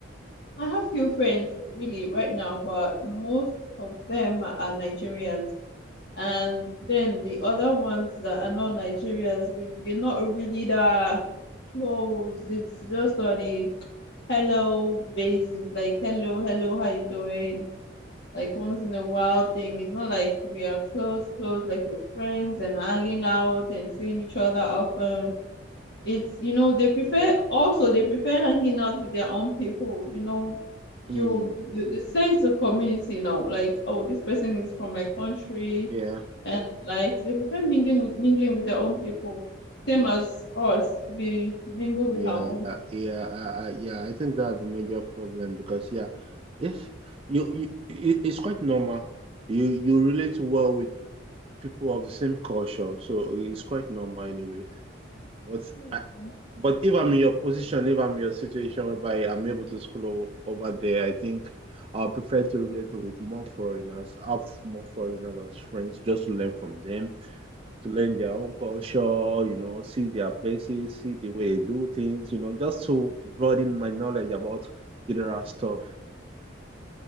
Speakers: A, on the left; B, on the right.
A: I have few friends really right now, but most of them are Nigerians. And then the other ones that are not Nigerians, we, we're not really that close. It's just on a hello basis, like hello, hello, how you doing? Like once in a while thing. It's not like we are close, close, like we're friends and hanging out and seeing each other often it's you know they prefer also they prefer hanging out with their own people you know you
B: Mm,
A: you the sense of community you know like oh this person is from my country
B: yeah.
A: and like they prefer mingling mingling with their own people same
B: Mm.
A: as us we mingle
B: Yeah,
A: with our own
B: uh, yeah, I, I, yeah. I think that's the major problem because yeah, if you, you, it- it's quite normal. You, you relate well with people of the same culture, so it's quite normal anyway. But
A: people
B: I, but if I'm in your position, if I'm in your situation whereby I'm able to school o- over there, I think I'll prefer to relate with more foreigners, have more foreigners as friends, just to learn from them, to learn their own culture, you know, see their places, see the way they do things, you know, just to broaden my knowledge about general stuff.